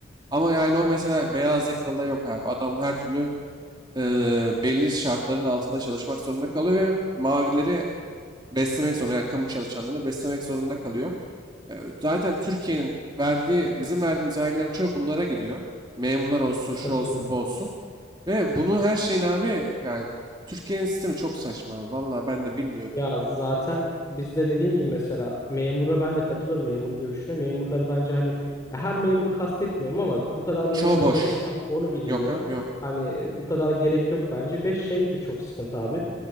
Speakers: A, on the right; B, on the left.
A: Ama yani o mesela beyaz yakalıda yok abi. Adam her türlü eee, belli şartların altında çalışmak zorunda kalıyor ve mavileri beslemek zorunda yani kamu çalışanlarını beslemek zorunda kalıyor. E, zaten Türkiye'nin verdiği bizim verdiğimiz vergilerin çoğu bunlara gidiyor. Memurlar olsun, şu
B: Katılıyorum.
A: olsun, bu olsun. Ve bunu her şeyin abi yani Türkiye'nin sistemi çok saçma abi. Vallahi ben de bilmiyorum.
B: Ya zaten bizde dediğin gibi mesela memura ben de katılıyorum memur görüşüne. Memurları bence hani ya her memuru kastetmiyorum ama bu kadar memura
A: Çoğu boş.
B: gerek var mı onu bilmiyorum.
A: Yok abi yok.
B: Hani e, bu kadar gerek yok bence ve şey de çok sıkıntı abi.